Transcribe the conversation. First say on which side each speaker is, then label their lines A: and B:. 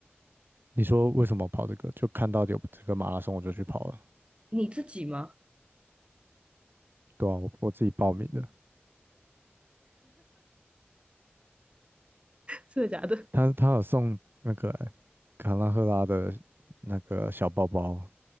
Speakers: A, on the right; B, on the right.
A: 你说为什么跑这个？就看到有这个马拉松，我就去跑了。
B: 你自己吗？
A: 对啊，我我自己报名的。
B: 真的假的？
A: 他他有送那个欸卡拉赫拉的那个小包包，